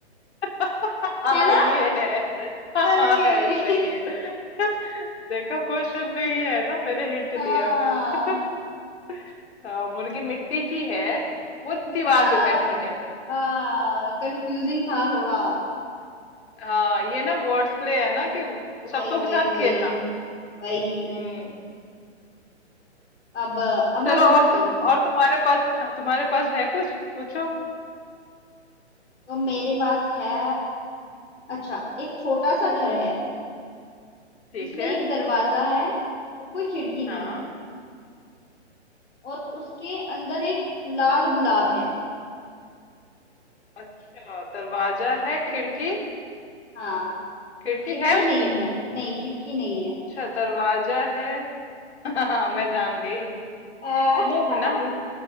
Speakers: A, on the left; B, on the left.
A: <laughs> हाँ
B: है ना
A: ये है हाँ
B: अरे
A: है सही है <laughs> देखा क्वेश्चन में ये है ना मैंने हिंट
B: <laughs> हाँ
A: दिया <laughs> हाँ मुर्गी मिट्टी की है वो दीवार
B: हाँ
A: पे बैठी है
B: हाँ कंफ्यूजिंग था थोड़ा
A: हाँ ये ना वर्ड्स प्ले है ना कि
B: वही
A: शब्दों
B: वही
A: के साथ
B: वही
A: खेलना
B: वही
A: हम्म
B: अब अब मैं
A: चलो
B: पूछती
A: और तुम
B: हूँ
A: और तुम्हारे पास तुम्हारे पास है कुछ पूछो
B: तो मेरे पास है अच्छा एक छोटा सा घर है
A: ठीक
B: जिसमें
A: है
B: एक दरवाजा है और कोई खिड़की
A: हाँ
B: नहीं है और उसके अंदर एक लाल गुलाब है
A: अच्छा दरवाजा है खिड़की
B: हाँ
A: खिड़की
B: खिड़की
A: है उसकी
B: नहीं है नहीं खिड़की नहीं
A: अच्छा दरवाजा है <laughs> मैं जान गई
B: है
A: मुंह
B: <laughs>
A: है ना मुंह